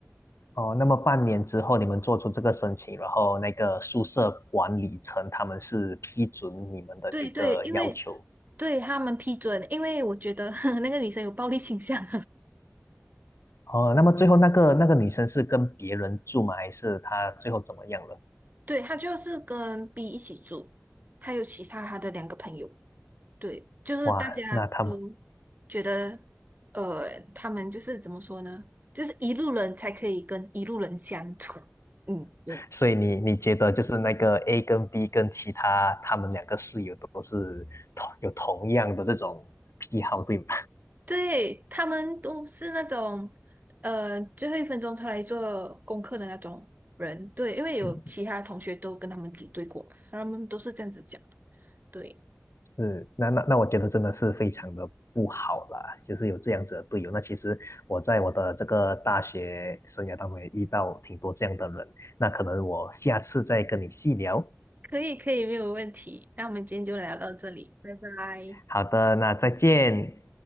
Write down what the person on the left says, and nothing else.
哦。那么半年之后，你们做出这个申请，然后那个宿舍管理层他们是批准你们的这个要求
哦。那么最后那个那个女生是跟别人住吗？还是她最后怎么样了？
哇，那他们，
所以你你觉得就是那个 A 跟 B 跟其他他们两个室友都是同有同样的这种癖好，对吗？
嗯，
是，那那那我觉得真的是非常的不好啦，就是有这样子的队友。那其实我在我的这个大学生涯当中也遇到挺多这样的人，那可能我下次再跟你细聊。
好的，那再见。